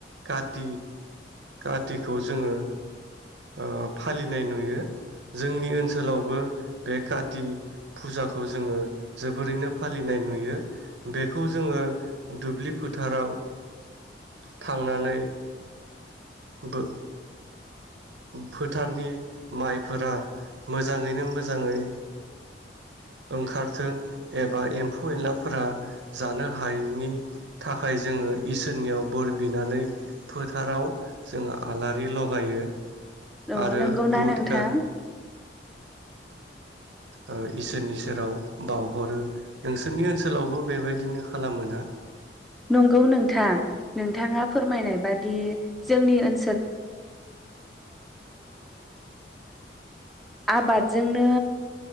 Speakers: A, on the right (about 75°); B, in the centre.
A: काति कातिखौ जोङो ओ फालिनाय नुयो जोंनि ओनसोलावबो बे काति फुजाखौ जोङो जोबोरैनो फालिनाय नुयो बेखौ जोङो दुब्लि फोथाराव थांनानै बो फोथारनि माइफोरा मोजाङैनो मोजाङै ओंखारथों एबा एम्फौ एनला फोरा जानो हायैनि थाखाय जोङो इसोरनियाव बोर बिनानै फोथाराव जोङो आलारि लगायो
B: अ
A: आरो
B: नंगौना
A: जोङो
B: नोंथां?
A: ओ इसोरनि सेराव बावहरो नोंसोरनि ओनस सोलावबो बेबायदिनो खालाम मोना?
B: नंगौ नोंथां नोंथाङा फोरमायनाय बादि जोंनि ओन आबादजोंनो